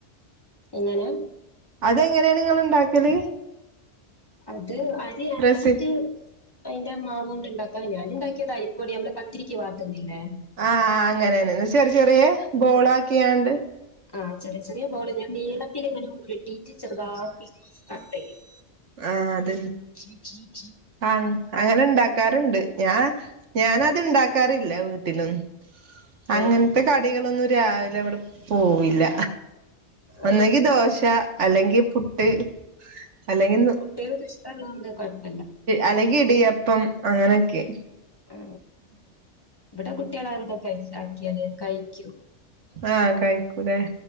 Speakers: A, on the left; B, on the right.
A: എങ്ങനെ
B: അതെങ്ങനെയാണ് നിങ്ങ ഉണ്ടാക്കിയത്
A: അത് അരി അരച്ചിട്ട്
B: റെസി
A: അയിന്റെ മാവുക കൊണ്ട് ഉണ്ടാക്കാ ഞാനൻ ഉണ്ടാക്കിയതാ ഇപ്പോൊടി നമ്മള് പത്തിരിക്ക് വാട്ടുന്നില്ലേ
B: ആഹ അങ്ങനെന്നെ ചെറിയ ചെറിയ ബോള ആക്കിയാണ്ട്
A: ആഹ് ചെറിയ ചെറിയ ബോള് ഞാൻ നീളത്തി എങ്ങനെ ഉരുട്ടിട്ട് ചെറുതാക്കി കട്ട ചെയ്യും
B: ആഹ അത
A: <unintelligible>
B: ആഹ അങ്ങനെ ഉണ്ടാക്കാറുണ്ട് ഞാ ഞാനത്ണ്ട കറില്ല വീട്ടിലും
A: ആ
B: അങ്ങനത്ത കടികളൊന്നും രാവിലെ ഇവിടെ പോവില്ല
A: ആ ആ
B: ഒന്നെങ്കി ദോശ അല്ലെങ്കിൽ പുട്ട് അല്ലെങ്കി
A: കുട്ടിൾക്ക് ഇഷ്ടള്ളൊണ്ട് കുഴപ്പം
B: അലകി ഇടിയപ്പം അങ്ങനൊക്കെ
A: ആ ഇവിടെ കുട്ടികളെ എന്തോ പൈാക്കിയല് കഴിക്കൂ
B: ആഹ കഴിക്കൂല